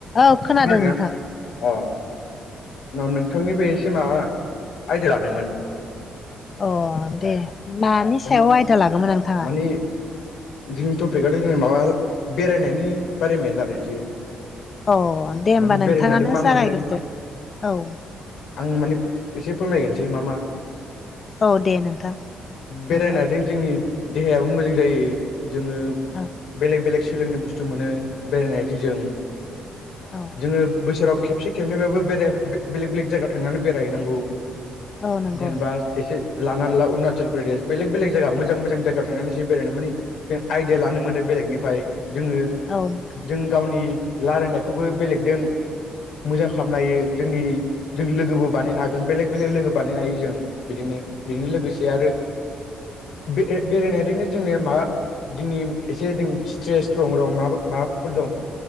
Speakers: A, on the left; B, on the left.
A: औ खोनादों
B: खोनादोंना?
A: नोंथां।
B: अ न नोंथांनिबो एसे माबा आइदिया लानोमोन।
A: अ दे। मानि
B: माने
A: सायाव आयदा लागौमोन नोंथाङा
B: मानि। जोंनि टपिकआथ' जों माबा बेरायनायनि बारै बादै रायलायनोसै।
A: औ दे होनबा
B: माने
A: नोंथाङानो
B: बेरायनायजों मा
A: जागायग्रोदो
B: मोनो
A: औ।
B: आं माने एसे फोरमायगोनोसै मा मा।
A: औ दे नोंथां।
B: बेरायनानैजों
A: नोङो
B: जोंनि देहायाबो मोजां जायो जोङो।
A: औ।
B: बेलेग बेलेग सोलोंनो बुस्थु मोनो बेरायनाय दिन जों।
A: औ‌।
B: जोङो बोसोराव खेबसे खेबनैबाबो बे बेलेग बेलेग जायगा थांनानै बेरायहैनांगौ।
A: औ नंगौ
B: जेनबा एसे लानानै ला अरुणाचल प्रदेश बेलेग बेलेग जायगा मोजां मोजां जायगायाव थांनानैसो बेरायनो माने जों आयडिया लानो मोनो बेलेगनिफ्राय। जोङो
A: औ नोंथां
B: जों गावनि रायलायनायखौबो बेलेगदों मोजां खालामनो हायो जोंनि जों लोगोबो बानायनो हागोन बेलेग बेलेग लोगो बानायनो हायो जों बिदिनो। बेजोंनो लोगोसे आरो बे बेरायनायजोंनो जोंनि माबा जोंनि एसे जों स्ट्रेसफोर दं मा माबाफोर दं।